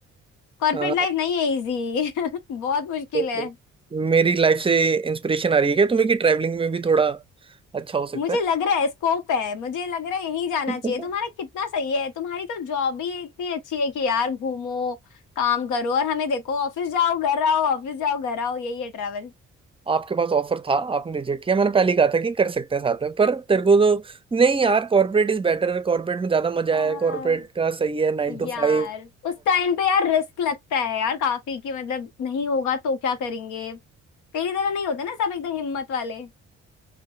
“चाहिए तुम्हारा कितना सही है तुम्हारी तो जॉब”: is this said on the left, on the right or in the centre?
Left